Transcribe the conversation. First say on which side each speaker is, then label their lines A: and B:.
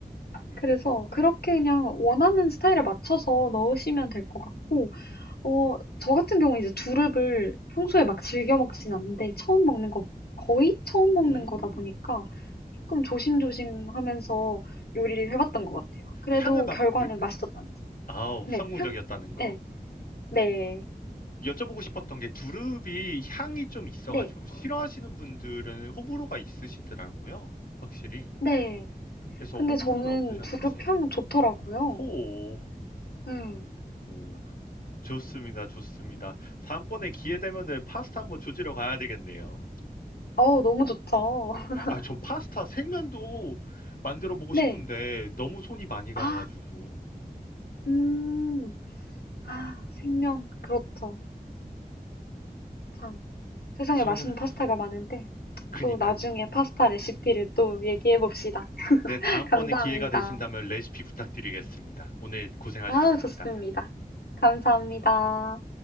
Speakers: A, on the left; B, on the left.
A: 음.
B: 그래서 그렇게 그냥 원하는 스타일에 맞춰서 넣으시면 될 것 같고,
A: 음.
B: 어, 저 같은 경우는 이제 두릅을 평소에 막 즐겨 먹진 않는데, 처음 먹는 거, 거의 처음 먹는
A: 음.
B: 거다 보니까 조금 조심조심 하면서 요리를 해봤던 것 같아요. 그래도
A: 향을 막
B: 결과는
A: 물,
B: 맛있었다는
A: 예.
B: 점.
A: 아우, 성공적이었다는
B: 네, 향?
A: 거.
B: 네, 네,
A: 여쭤보고 싶었던 게 두릅이 향이 좀 있어가지고
B: 네,
A: 싫어하시는 분들은 호불호가 있으시더라고요. 확실히.
B: 네.
A: 그래서
B: 근데
A: 호불호는
B: 저는
A: 없으셨는지.
B: 두릅 향 좋더라고요.
A: 호.
B: 네.
A: 오, 좋습니다, 좋습니다. 다음번에 기회 되면은 파스타 한번 조지러 가야 되겠네요.
B: 어우, 너무 좋죠.
A: 어,
B: <laughs>
A: 아, 전 파스타 생면도 만들어 보고
B: 네.
A: 싶은데 너무 손이 많이 가가지고.
B: 아, 음.
A: 음,
B: 아, 생면. 그렇죠. 참. 세상에
A: 우선은
B: 맛있는 파스타가
A: 네,
B: 많은데,
A: 그니깐요.
B: 또 나중에 파스타 레시피를 또 얘기해 봅시다. <laughs>
A: 네, 다음번에
B: 감사합니다.
A: 기회가 되신다면 레시피 부탁드리겠습니다. 오늘 고생하셨습니다.
B: 아우, 좋습니다. 감사합니다.